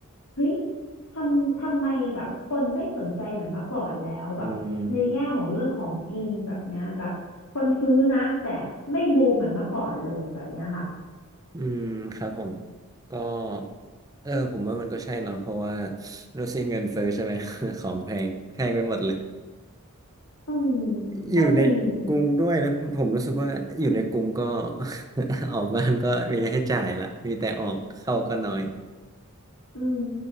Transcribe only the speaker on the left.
เฮ้ยทำทำไมแบบคนไม่สนใจเหมือนเมื่อก่อนแล้วแบบในแง่ของเรื่องของกินแบบเนี้ยแบบคนซื้อนะแต่ไม่บูมเหมือนเมื่อก่อนเลยแบบเนี้ยค่ะ
อืม
ก็จริง
อืม